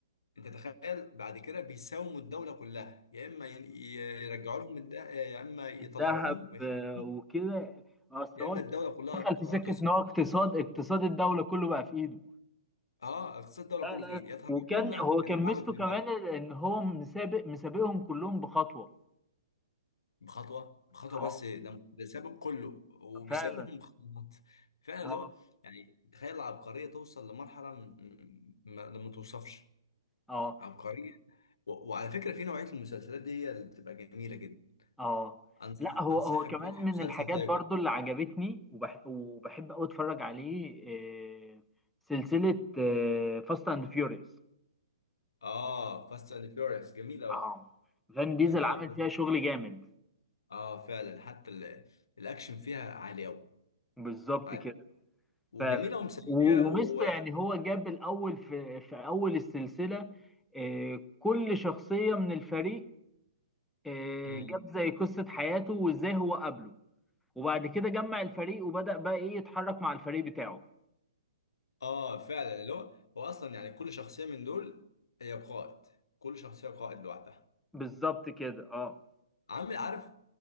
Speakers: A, on the left (about 65°); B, in the centre.
A: انت تخيل بعد كده بيساوموا الدوله كلها يا اما ين- يرجعوا لهم الد- يا اما يطلعوهم
B: الذهب
A: ويخرجوهم
B: آه، وكده اصل
A: يا
B: هو
A: اما الدوله كلها
B: دخل
A: ت-
B: في سكه
A: تسقط
B: ان هو اقتصاد اقتصاد الدوله كله بقى في ايده
A: اه اقتصاد الدوله
B: لا
A: كله
B: لا
A: في ايدي يا تهربونا
B: وكان هو كان
A: نوقع
B: ميزته
A: لكم الدوله
B: كمان ان هو مسابق مسابقهم كلهم بخطوه
A: بخطوه بخطوه
B: اه
A: بس ده ده سابق كله وبيسابقهم
B: فعلا
A: بخطوات فعلا
B: اه
A: اللي هو يعني تخيل العبقريه توصل لمرحله م- م- ما ما توصفش
B: اه
A: عبقريه و- وعلى فكره في نوعيه المسلسلات دي هي اللي بتبقى جميله جدا
B: اه
A: أنصح-
B: لا هو
A: انصحك
B: هو كمان
A: بيها في
B: من
A: مسلسل
B: الحاجات
A: زي
B: برضو اللي عجبتني وبح وبحب قوي اتفرج عليه آه، سلسله فاست اند فيوريوس
A: اه فاست اند فيوريوس جميل قوي
B: اه فان ديزل
A: جميله
B: عمل
A: بجد.
B: فيها شغل جامد
A: اه فعلا حتى ال- الاكشن فيها عالي قوي
B: بالظبط
A: عالي
B: كده
A: وجميله
B: فعلا
A: ومسليه
B: و- وميستا
A: و
B: يعني هو جاب الاول في في اول السلسله آه، كل شخصيه من الفريق آه،
A: مم.
B: جاب زي قصه حياته وازاي هو قابله وبعد كده جمع الفريق وبدأ بقى ايه يتحرك مع الفريق بتاعه
A: اه فعلا اللي هو هو اصلا يعني كل شخصيه من دول هي قائد كل شخصيه قائد لوحدها
B: بالظبط كده اه
A: عامل عارف